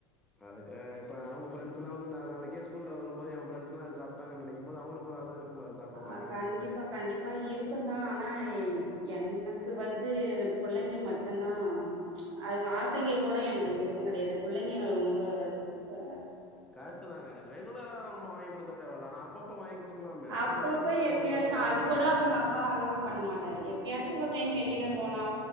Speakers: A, in the centre; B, on the right.
A: அதுக்க இப்ப அவங்க ப்ரெண்ட் எல்லாம் வந்து நாள் நாளைக்கே ஸ்கூல்ல சொல்லும் போது என் ப்ரெண்ட்ஸ் எல்லாம் இது சாப் டாங்க நெனைக்கும் போது அவளுக்கு ஒரு ஆசை இருக்கும்ல அத சாப்ட்டு பாக்கனும்
B: அ கண்டிப்பா,
A: இப்டிதா இருக்
B: கண்டிப்பா இருக்கும் தான் ஆனா
A: ம்.
B: எனக்கு வந்து பிள்ளைங்க மட்டும்தா அதுக்கு ஆசங்க கூட எனக்கு விருப்பம் கிடையாது பிள்ளைங்க ரொம்ப ஆ
A: கரெக்ட் தாங்க ரெகுலரா வாங்கி கொடுக்க தேவையில்ல ஆனா அப்பப்ப வாங்கி குடுக்கலாமே!
B: அப்பப்ப
A: வெளிய கூட்டு போய்
B: எப்பாச்சும்
A: அவங்களுக்கான
B: அது கூட அவங்க அப்பா அலவுட்
A: ம்.
B: பண்ண மாட்டாரு எப் ஏப்யாச்சும் ஒரு டைம்
A: அப்டிங்களா?
B: வெளில போனா